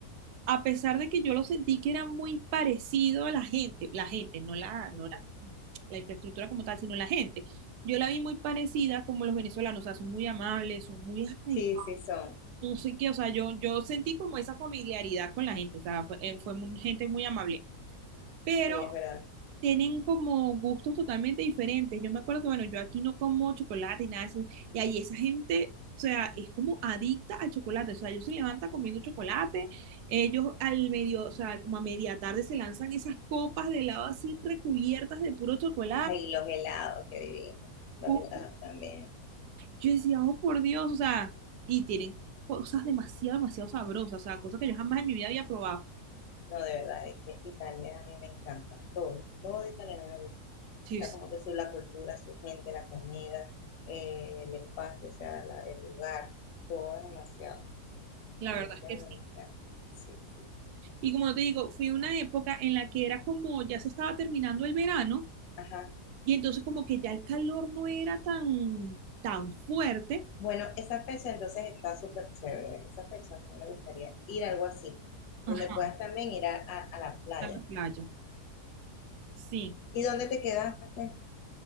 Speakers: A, on the right (about 75°); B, on the left (about 80°).
A: a pesar de que yo lo sentí que era muy parecido a la gente, la gente, no la, no
B: Ujú.
A: la, la infraestructura como tal, sino la gente. Yo la vi muy parecida como los venezolanos, o sea, son muy amables, son muy, ay,
B: Sí, sí son,
A: no sé qué, o sea, yo, yo sentí como esa familiaridad con la gente, o sea, fue, eh, fue muy- gente muy amable. Pero
B: sí, es verdad.
A: tienen como gustos totalmente diferentes. Yo me acuerdo que, bueno, yo aquí no como chocolate y nada de eso. Y ahí esa gente, o sea, es como adicta al chocolate. O sea, ellos se levantan comiendo chocolate. Ellos al medio, o sea, como a media tarde se lanzan esas copas de helado así recubiertas de puro chocolate.
B: Ay, los helados, qué divino. Los
A: Pu-
B: helados también.
A: Yo decía, oh, por Dios, o sea, y tienen cosas demasiado, demasiado sabrosas. O sea, cosas que yo jamás en mi vida había probado.
B: No, de verdad, es que Italia a mí me encanta. Todo, todo de Italia me gusta.
A: Sí,
B: Está
A: sí,
B: como que su, la cultura, su gente, la comida, eh, el espacio, o sea, la- el lugar, todo es demasiado,
A: la
B: demasiado,
A: verdad es que
B: demasiado.
A: sí.
B: Sí, sí, sí.
A: Y como te digo, fui una época en la que era como ya se estaba terminando el verano
B: Ajá.
A: Y entonces como que ya el calor no era tan, tan fuerte
B: Bueno, esa fecha entonces está súper chévere. Esa fecha a mí me gustaría ir a algo así,
A: Ajá.
B: donde puedas también ir a, a- a la playa.
A: en la playa. Sí,
B: ¿Y dónde te quedaste?